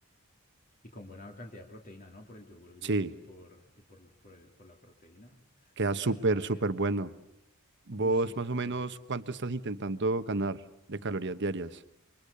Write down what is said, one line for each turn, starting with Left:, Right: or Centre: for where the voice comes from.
Left: Y con buena cantidad de proteína, ¿no? Por el yogur griego
Right: Sí,
Left: y por, y por, por el, por la proteína.
Right: queda
Left: No,
Right: súper,
Left: pues suena
Right: súper
Left: bien.
Right: bueno. ¿Vos
Left: Uf, sí, porque,
Right: más o menos cuánto estás intentando ganar de calorías diarias?